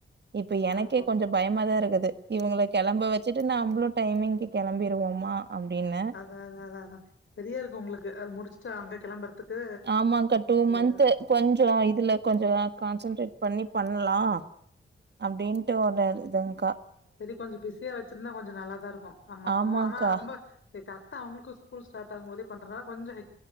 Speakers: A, on the right (about 55°); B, on the left (about 70°).
A: இப்ப எனக்கே
B: ஓ!
A: கொஞ்சோ பயமாதா இருக்குது இவங்கள கெளம்ப வெ ச்சிட்டு நம்மளு டைமிங்க்கு கெளம்பிருவோமா அப்டின்னு
B: அதா அதா அதா அதா செரியா இருக்கு உங்ளுக்கு அது முடிச்சுட்டு அங்க கெளம்பறதுக்கு
A: ஆமாக்கா டூ
B: இதேதா
A: மந்த்து கொஞ்சோ இதுல கொஞ்சோ கான்சன்ட்ரேட் பண்ணி பண்லா அப்டின்ட்டு ஒன்னு இருக்குதுங்க்கா
B: செரி கொஞ்சொ பிஸியா வெச்சிருந்தா கொஞ்சோ நல்லாதா இருக்கு நமள்க்கு
A: ஆமாங்க்கா
B: ஆனா ரொம்ப செரி கரெக்டா அவுங்களுக்கு ஸ்கூல் ஸார்ட் ஆகும்போதே பண்றதுனால கொஞ்சோ